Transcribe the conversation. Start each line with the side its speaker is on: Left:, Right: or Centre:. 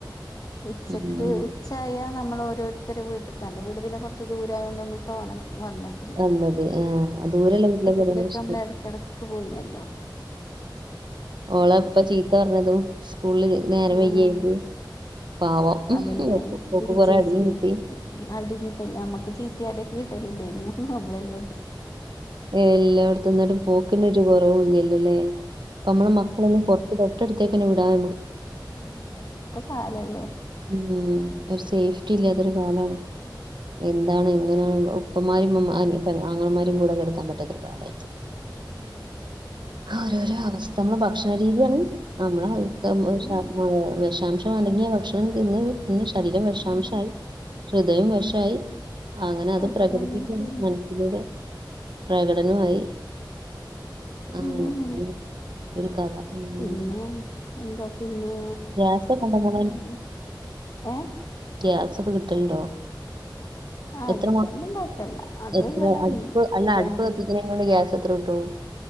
Left: ഉച്ചക്ക്
Right: ഉം
Left: പക്ഷായ നമ്മൾ ഓരോരുത്തരെ വീട്ടടുക്കാൻ് വീട്നന്ന കുറച്ച് ദൂരമായായത്ണ്ട് നമ്മൾ തോന്ന വന്നിട്ട്
Right: വന്നത് ആഹ ദൂരെള്ള വീട്ടിലേക്ക്
Left: കൂടെക്കെ
Right: വന്നെൻ ശേഷം
Left: നമ്മൾ എടക്കെടക്ക് പോയിനല്ലോ
Right: ഓളെ
Left: ഉം
Right: ഇപ്പ ചീത്ത പറഞ്ഞതും സ്കൂളില് നേരെ
Left: ആഹ്
Right: വൈകിൻ പാവംഓൾക്ക്
Left: അതന്നെ ടീച്ചേഴ്സിന്
Right: കൊറ അടിയും കിട്ടി.
Left: അടി കിട്ടല നമ്മുക്ക് ചീത്തിയും അടിയ്യൊക്കെ കിട്ടൽ ഇല്ലാനിയോ നമ്മളെല്ലാം
Right: ഏല്ല അവിടത്തന്നിട്ടും പോക്കുന്ന ഒരു കുറവ ഇല്ലല്ലോല്ലേ അപ്പ നമ്മള
Left: ഉം
Right: മക്കളൊന്നും ഡോക്ടർത്തേക്കെ വിടാം
Left: ഇ അങ്ങനത്തെ കാലല്ലേ
Right: ഉം ഒരു സേഫ്റ്റി
Left: ഉം
Right: ഇല്ലാത്തരു കാലമാണ്
Left: ഉം
Right: എന്താണ് എങ്ങനെയാണ് ഉപ്പന്മാരും
Left: അങ്ങനെയൊക്കെ
Right: ആങ്ങൾമാരും കൂടെക്കെ കിടക്കാൻ പാറ്റതൊരു കാലയിപ്പോയി
Left: അതന്നെ
Right: ഓരോരോ അവസ്ഥ നമ്മള് ഭക്ഷണരീതിയാണ്
Left: പിന്നെ
Right: നമ്മള്
Left: അതന്നെ
Right: ആ വിഷാംശം അടങ്ങിയ ഭക്ഷണം ഇന്ന് ഇന്ന് ശരീരം വിഷാംശമായി
Left: ആഹ്
Right: ഹൃദയം വഷായി അങ്ങനെ അത്
Left: ഒക്കെ
Right: പ്രകടിപ്പിക്കൻ
Left: അങ്ങനെത്തന്നെ
Right: മനസ്സിലൂടെ പ്രകടനമായി
Left: ആങ്ങനങ്ങനെ
Right: അങ്ങനെ ഒരു കഥ ഉം
Left: പിന്നെ എന്താ പിന്നെ
Right: ഗ്യാസൊക്കെ ഉണ്ടോ മോളെ
Left: പറയ ഏ
Right: ഗ്യാസ് ഒക്കെ കിട്ടലുണ്ടോ?
Left: ആഹ്
Right: എത്ര
Left: അയിനും കൊഴപ്പല്ല അത്
Right: എത്ര
Left: ഇവിടെ
Right: അടുപ്പ് അല്ല അടുപ്പ്
Left: രണ്ട്
Right: കത്തിക്കുന്നോണ്ട് ഗ്യാസ് എത്ര കിട്ടും.